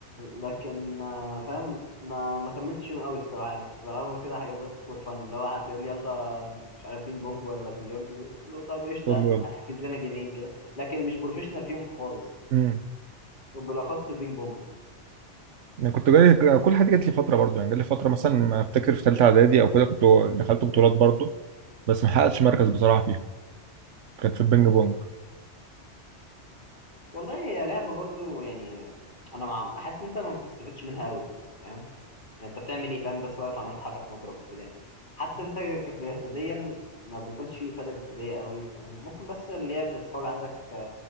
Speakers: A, on the left; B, on the right.
A: لكن آه، فاهم ما ما كملتش فيهم قوي الصراحه يعني كنت بلعبهم كده حاجات بس فور فن لو حد يقول لي يلا مش عارف بينج بونج ولا بلياردو اقول له طب قشطه
B: قول
A: انه
B: لي يلا
A: هيحجز لنا جيمين كده لكن مش بروفيشنال فيهم خالص
B: امم
A: وبالاخص البينج بونج
B: انا كنت جاي كل حاجه جات لي فتره برضه يعني جات لي فتره مثلا ما افتكر في ثالثه اعدادي او كده كنت دخلت بطولات برضه بس ما حققتش مركز بصراحه فيها كانت في البينج بونج
A: والله هي لعبه برضو يعني انا مع- حاسس ان انت ما بتستفادش منها قوي فاهم يعني انت بتعمل ايه فاهم بس واقف عمال تحرك مضرب وكده يعني حتى انت ك- جسديا ما بيكونش فيه افاده جسديه قوي فاهم ممكن بس اللي هي بتقوي عندك